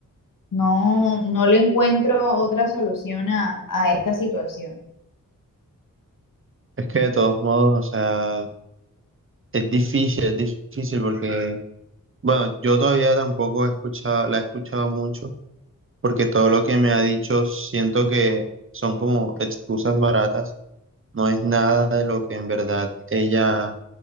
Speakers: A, on the left; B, on the right.
A: no, no le encuentro otra solución a, a esta situación.
B: es que de todos modos, o sea, es difícil, es difícil porque, bueno, yo todavía tampoco he escuchado, la he escuchado mucho porque todo lo que me ha dicho siento que son como excusas baratas, no es nada de lo que en verdad ella,